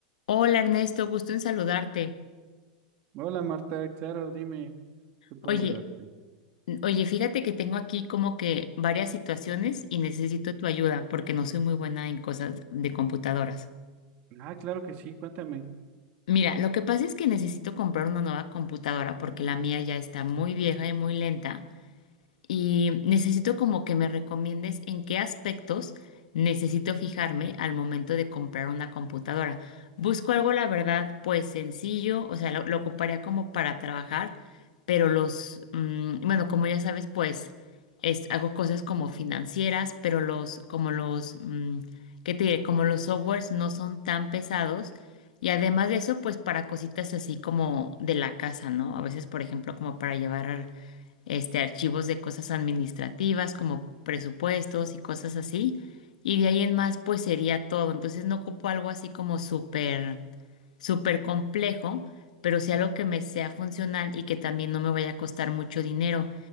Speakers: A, on the left; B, on the right.
A: Hola Ernesto, gusto en saludarte.
B: Hola Marta, claro, dime, ¿qué puedo
A: Oye,
B: ayudarte?
A: oye, fíjate que tengo aquí como que varias situaciones y necesito tu ayuda porque no soy muy buena en cosas de computadoras.
B: Ah, claro que sí, cuéntame.
A: Mira, lo que pasa es que necesito comprar una nueva computadora porque la mía ya está muy vieja y muy lenta. y necesito como que me recomiendes en qué aspectos necesito fijarme al momento de comprar una computadora. Busco algo, la verdad, pues sencillo, o sea, lo, lo ocuparía como para trabajar, pero los, mm, bueno, como ya sabes, pues es, hago cosas como financieras, pero los, como los, mm, ¿qué te diré? Como los softwares no son tan pesados. Y además de eso, pues para cositas así como de la casa, ¿no? A veces, por ejemplo, como para llevar este, archivos de cosas administrativas como presupuestos y cosas así. Y de ahí en más, pues sería todo. Entonces no ocupo algo así como súper, súper complejo, pero sí algo que me sea funcional y que también no me vaya a costar mucho dinero.